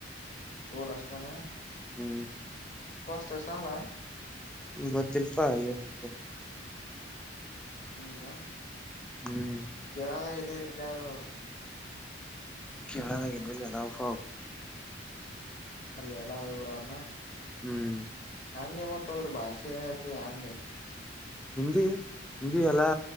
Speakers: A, on the left (about 40°); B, in the centre.
A: ಟೋಲ್ ಅಷ್ಟತಾನ
B: ಹ್ಮ್
A: ಸರ್ಸಲ್ಲಯ
B: ಗೊತ್ತಿಲ್ಪಾ ಏನಾಯ್ತು
A: ಹ್ಮದಾ
B: ಹ್ಮ್
A: ಕೆರ ಎಲ್ಲಿರು
B: ಕೆಳ ಗಲ್ಲ ಜಲ್ಲ ಫೋ
A: ಅಲ್ಲ ಎಲ್ಲ ವಿಬರಾರಣ
B: ಹ್ಮ್
A: ಹೆಂಗಗೆ ಮತ್ ಅವ್ರ ಭಾಷೆ ಆಯತು ಹೆಂಗ
B: ಹಿಂದಿ ಹಿಂದಿ ಎಲ್ಲಾ